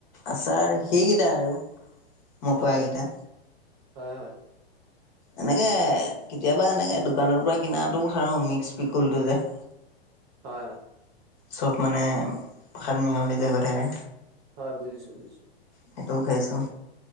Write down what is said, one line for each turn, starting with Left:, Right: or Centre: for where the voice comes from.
Left: আচাৰ সেইকেইটা আৰু মই
Right: হয় হয়
Left: কোৱা কেইটা।
Right: হয়
Left: এনেকে, কেতিয়াবা এনেকে দোকানৰ পৰা কিনাটো খাওঁ, মিক্স পিকুলটো যে।
Right: হয়, হয়।
Left: চব মানে, সানমিহলি যে হৈ থাকে।
Right: হয়, বুজিছো, বুজিছো।
Left: সেইটোও খাইছোঁ।